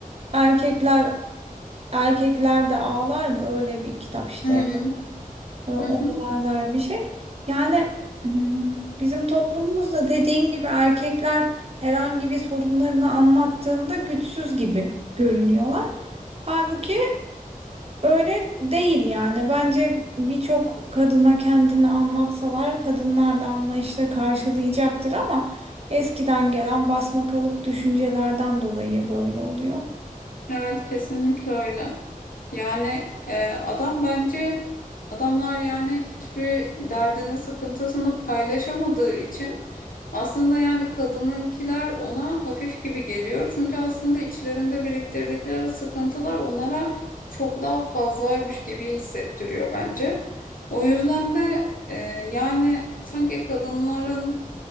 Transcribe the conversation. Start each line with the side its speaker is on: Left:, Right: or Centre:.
Right: Erkekler Erkekler de ağlar mı? Öyle bir kitap işte.
Left: Hı hı.
Right: e, Ona
Left: Hı hı.
Right: benzer bir şey. Yani hmm, bizim toplumumuzda dediğin gibi erkekler herhangi bir sorunlarını anlattığında güçsüz gibi görünüyorlar. Halbuki Öyle değil yani. Bence birçok kadına kendini anlatsalar kadınlar da anlayışla karşılayacaktır ama eskiden gelen basma kalıp düşüncelerden dolayı böyle oluyor.
Left: Evet kesinlikle öyle. Yani e, adam bence adamlar yani hiçbir derdini sıkıntısını paylaşamadığı için aslında yani kadınınkiler ona hafif gibi geliyor. Çünkü aslında içlerinde biriktirdikleri sıkıntılar onlara çok daha fazlaymış gibi hissettiriyor bence. O yüzden de e, yani sanki kadınların